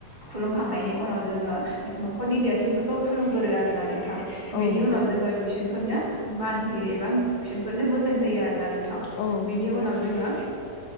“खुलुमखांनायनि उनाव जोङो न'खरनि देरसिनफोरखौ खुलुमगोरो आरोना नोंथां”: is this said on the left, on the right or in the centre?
Right